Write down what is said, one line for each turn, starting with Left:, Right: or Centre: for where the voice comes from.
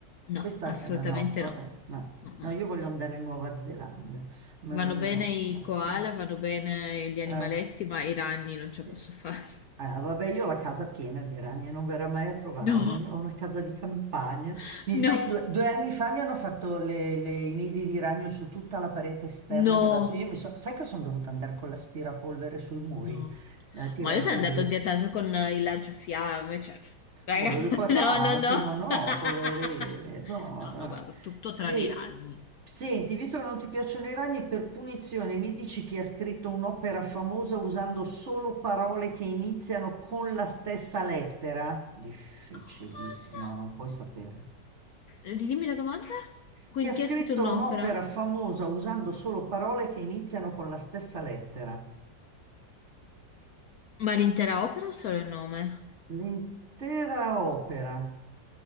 Left: No,
Right: Sei stata?
Left: assolutamente
Right: No, no, vabbè,
Left: no.
Right: no.
Left: Mm-mm.
Right: No, io voglio andare in Nuova Zelanda, ma
Left: Vanno
Right: non in
Left: bene
Right: Australia.
Left: i koala, vanno bene gli animaletti,
Right: Ah,
Left: ma i ragni non ce
Right: eh,
Left: la posso fare.
Right: ah, vabbè, io ho la casa piena di ragni, non verrà mai a trovarmi.
Left: No,
Right: Ho una casa di campagna.
Left: <laughs>
Right: Mi
Left: no,
Right: sai che due, due anni fa mi hanno fatto le, le- i nidi di ragno su tutta la parete esterna
Left: no,
Right: che adesso io mi sono... Sai che sono dovuta andare con l'aspirapolvere sui muri
Left: no.
Right: eh, a tirarli
Left: Ma io sono andato
Right: via.
Left: a dieta con eh, il lanciafiamme, cioè, raga,
Right: Poveri patati,
Left: <laughs> no, no, no.
Right: ma no,
Left: <laughs>
Right: poverini, no,
Left: No,
Right: no.
Left: no, guarda, tutto
Right: Se,
Left: tranne i ragni.
Right: senti, visto che non ti piacciono i ragni, per punizione mi dici chi ha scritto un'opera famosa usando solo parole che iniziano con la stessa lettera? Difficilissimo,
Left: Cosa?
Right: no, non puoi saperlo.
Left: Ridimmi la domanda? Quindi
Right: Chi ha scritto
Left: chi ha scritto un'opera?
Right: un'opera famosa usando solo parole che iniziano con la stessa lettera?
Left: Ma l'intera opera o solo il nome?
Right: L'intera opera.